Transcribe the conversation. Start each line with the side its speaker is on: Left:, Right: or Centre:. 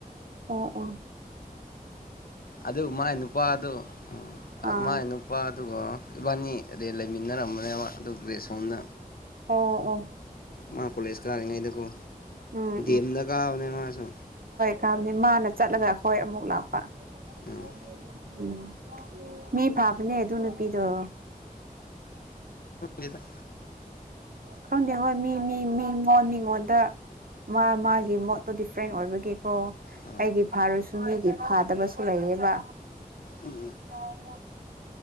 Right: ꯎ ꯎ
Left: ꯑꯗꯨ ꯃꯥꯏ ꯅꯨꯄꯥꯗꯨ ꯎ
Right: ꯑꯥ
Left: ꯃꯥꯏ ꯅꯨꯄꯥ ꯑꯗꯨꯒ ꯏꯕꯥꯅꯤ ꯑꯩ ꯂꯩꯃꯤꯟꯅꯔꯝꯕꯅꯦꯕ ꯑꯗꯨ ꯒ꯭ꯔꯦꯁ ꯍꯣꯝꯅ
Right: ꯑꯥ ꯑ
Left: ꯃꯥ ꯀꯂꯦꯁ ꯀꯥꯔꯤꯉꯥꯏꯗꯒꯣ
Right: ꯎꯝ
Left: ꯦꯝꯗ ꯀꯥꯅꯦ ꯃꯥꯁꯨ
Right: ꯀꯕꯅꯤ ꯃꯥꯅ ꯆꯠꯂꯒ ꯑꯩꯈꯣꯏ ꯑꯃꯨꯛ ꯂꯥꯛꯑꯣ <inaudible>
Left: ꯎꯝ
Right: ꯎꯝ ꯃꯤ ꯐꯥꯕꯅꯦ ꯑꯗꯨ ꯅꯨꯄꯤꯗꯣ ꯑ
Left: ꯌꯦꯗ
Right: ꯈꯪꯗ ꯍ ꯃꯤ ꯃꯤ ꯃꯤ ꯉꯣꯟ ꯃꯤꯉꯣꯟꯗ ꯃꯥ ꯃꯥꯒꯤ ꯃꯣꯠꯇꯣ ꯗꯤꯐ꯭ꯔꯦꯟ ꯑꯣꯏꯕꯒꯤꯀꯣ
Left: ꯑ
Right: ꯑꯩꯗꯤ ꯐꯥꯔꯨꯁꯨ ꯃꯤꯒꯤ ꯐꯥꯗꯕꯁꯨ ꯂꯩꯌꯦꯕ
Left: ꯎꯝ
Right: ꯀꯅ